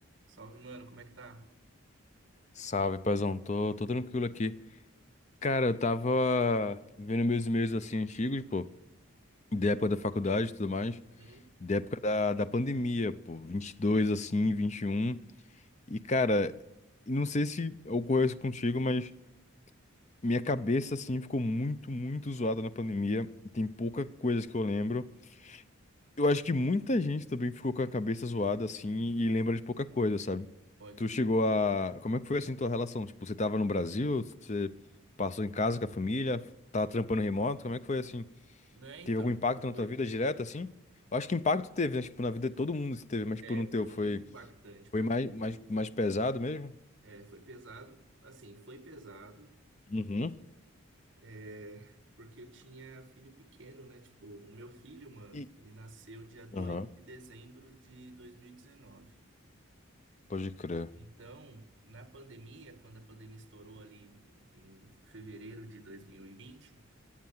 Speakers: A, on the right; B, on the left.
A: Salve, mano, como é que tá?
B: Salve, paizão. Tô, tô tranquilo aqui. Cara, eu tava vendo meus e-mails assim antigos, pô, da época da faculdade e tudo mais,
A: Uhum.
B: da época da, da pandemia, pô, Vinte e dois, assim, 21. E, um. E, cara, e não sei se ocorreu isso contigo, mas minha cabeça assim ficou muito, muito zoada na pandemia. Tem pouca coisa que eu lembro. Eu acho que muita gente também ficou com a cabeça zoada assim e lembra de pouca coisa, sabe?
A: Pode
B: Tu
A: crer.
B: chegou a. Como é que foi assim tua relação? Tipo, você tava no Brasil? Você passou em casa com a família? Tava trampando remoto? Como é que foi assim?
A: Não é, então,
B: Teve algum impacto
A: tipo,
B: na
A: foi,
B: tua vida direto assim? Eu acho que impacto teve, né? Tipo, na vida de todo mundo se teve, mas
A: é,
B: tipo, no
A: foi
B: teu foi,
A: muito impactante, porque,
B: foi mais,
A: tipo,
B: mais, mais pesado mesmo?
A: é, foi pesado, assim, foi pesado,
B: Uhum.
A: é, porque eu tinha filho pequeno, né? Tipo, o meu filho, mano,
B: E...
A: ele nasceu dia dois
B: Aham,
A: de dezembro de 2019.
B: pode crer.
A: Então, na pandemia, quando a pandemia estourou ali em em fevereiro de 2020,